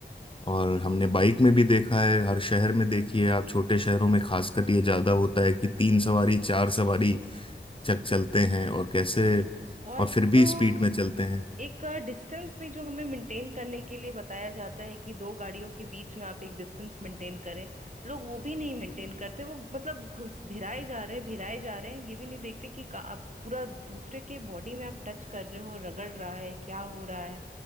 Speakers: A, on the left; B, on the right.
A: और हमने बाइक में भी देखा है हर शहर में देखिए आप छोटे शहरों में खासकर ये ज्यादा होता है कि तीन सवारी चार सवारी चक चलते हैं और कैसे
B: और
A: और फिर
B: तो
A: भी स्पीड में चलते हैं
B: एक डिस्टेंस भी जो हमें मेंटेन करने के लिए बताया जाता है कि दो गाड़ियों के बीच में आप एक डिस्टेंस मेंटेन करें लोग वो भी नहीं मेंटेन करते वो मतलब घुस भिराए जा रहे हैं भिराए जा रहे हैं ये भी नहीं देखते कि का- आप पूरा दूसरे के बॉडी में आप टच कर रहे हो रगड़ रहा है क्या हो रहा है